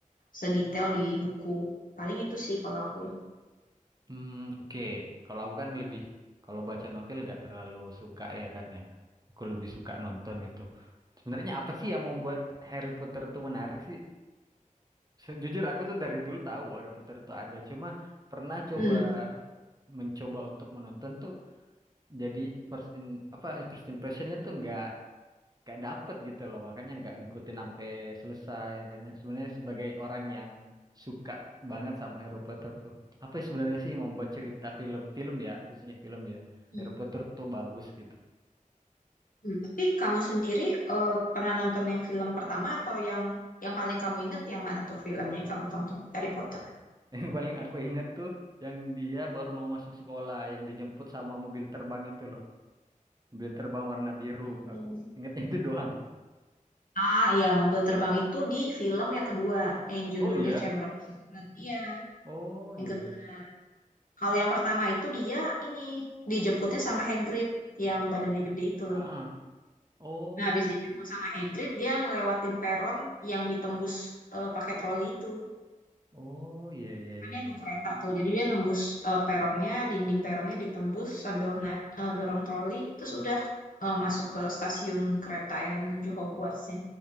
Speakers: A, on the left (about 80°); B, on the right (about 30°).
A: sedetail di buku. Paling itu sih kalau aku.
B: Hmm, oke. Kalau aku kan lebih, kalau baca novel nggak terlalu suka ya kan ya. Aku lebih suka nonton gitu. Sebenarnya apa sih yang membuat Harry Potter tuh menarik sih? Sejujur aku tuh dari dulu tahu Harry Potter itu ada, cuma pernah coba
A: Hmm.
B: mencoba untuk menonton tuh jadi first in apa first impressionnya tuh nggak nggak dapet gitu loh, makanya nggak ngikutin sampai selesai. Makanya sebenarnya sebagai orang yang suka banget sama Harry Potter tuh, apa sih sebenarnya sih yang membuat cerita film-film ya khususnya film ya
A: Hmm.
B: Harry Potter tuh bagus gitu. <laughs>
A: Hmm. Tapi kamu sendiri eh, pernah nonton yang film pertama atau yang yang paling kamu ingat yang mana tuh filmnya yang kamu tonton Harry Potter?
B: Yang paling aku inget tuh yang dia baru mau masuk sekolah, yang dijemput sama mobil terbang itu loh. mobil terbang warna biru
A: Hmm.
B: aku ingetnya itu doang
A: Ah iya mobil terbang itu di film yang kedua yang judulnya
B: oh iya
A: Chamber of Secrets. Iya
B: oh
A: yang
B: iya
A: kedua.
B: iya
A: Kalau yang pertama itu dia ini dijemputnya sama Hagrid yang badannya gede itu
B: ah
A: loh.
B: ah. oh
A: Nah habis dijemput sama Hagrid dia ngelewatin peron yang ditembus eh, pakai troli itu.
B: oh iya iya
A: kan
B: iya
A: dia naik kereta tuh jadi dia nembus eh, peronnya dinding peronnya ditembus sambil naik eh, dorong troli terus udah eh, masuk ke stasiun kereta yang menuju Hogwartsnya